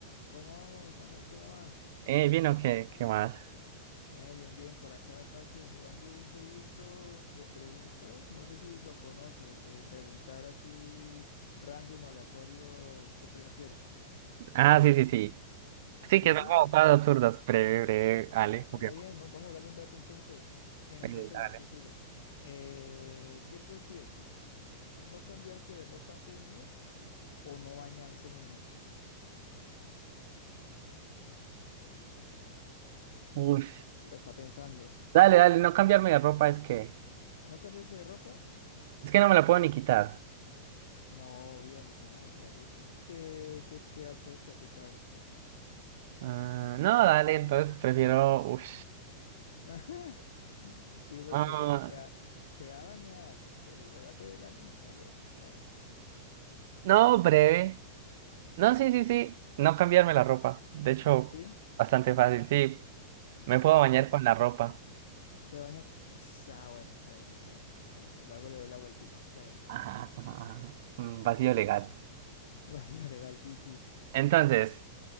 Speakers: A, on the left (about 75°); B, on the right (about 50°).
A: ¿Cómo vamos, Manuel? ¿Cómo va?
B: Eh, bien, ¿o qué? ¿Qué más?
A: Ya, bien, bien, por acá, parce, jugando un jueguito de preguntas. No sé si lo conoce, el de preguntar así random o aleatorio, el que prefieres.
B: Ah, sí, sí, sí. Sí,
A: Sí,
B: que
A: sí,
B: son como
A: vamos,
B: cosas absurdas. Breve, breve, Ale.
A: eh, suena
B: ok.
A: bien, va- vamos a jugarlo un rato entonces. Venga,
B: Eh,
A: empiezo
B: Dale.
A: yo, empiezo yo. Eh, ¿qué prefiere? ¿No cambiarse de ropa un mes o no bañarse en un mes?
B: Uy.
A: Uy, la está pensando.
B: Dale, dale, no cambiarme la ropa es que...
A: ¿No cambiarse de ropa?
B: Es que no me la puedo ni quitar.
A: No, yo no, se la tiene que, que, que quedar puesta, ¿qué tal?
B: Ah, no, dale, entonces prefiero... Uy.
A: <laughs> Ajá. Sí, porque
B: Ah,
A: se va, se va a bañar, pero igual va a tener la misma ropa.
B: no, breve. No, sí, sí, sí. No cambiarme la ropa. De hecho,
A: ¿Sí?
B: bastante fácil. Sí, me puedo bañar
A: Ah,
B: con la ropa.
A: se baña. Ps, Ah, bueno, está bien, está bien. El, el vago le dio la vueltica. Está bien, está bien.
B: Ajá, ajá, ajá. Mm, Vacío legal.
A: <laughs> Vacío legal, sí, sí.
B: Entonces,